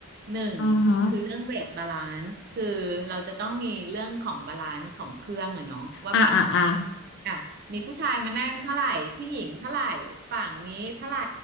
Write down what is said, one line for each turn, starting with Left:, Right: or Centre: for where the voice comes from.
Right: หนึ่งคือเรื่องเวทบาลานซ์คือเราจะต้องมีเรื่องของบาลานซ์ของเครื่องอะเนาะว่าแบบ
Left: อือฮึอ่าอ่าอ่า
Right: อ่ะมีผู้ชายมานั่งเท่าไหร่ผู้หญิงเท่าไหร่ฝั่งนี้เท่าไหร่